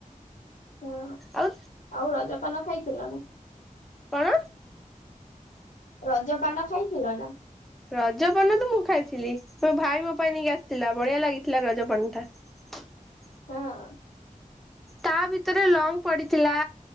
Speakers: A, on the left; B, in the centre.
A: ହଁ।
B: ଆଉ
A: ଆଉ ରଜପାନ ଖାଇଥିଲ ନା?
B: କଣ?
A: ରଜପାନ ଖାଇଥିଲ ନା?
B: ରଜପାନ ତ ମୁଁ ଖାଇଥିଲି। ମୋ ଭାଇ ମୋ ପାଇଁ ନେଇକି ଆସିଥିଲା ବଳିିଆ ଲାଗିଥିଲା ରଜପାନ ଟା। <inaudible>
A: ହଁ।
B: ତା ଭିତରେ ଲଙ୍ଗ ପଡିଥିଲା।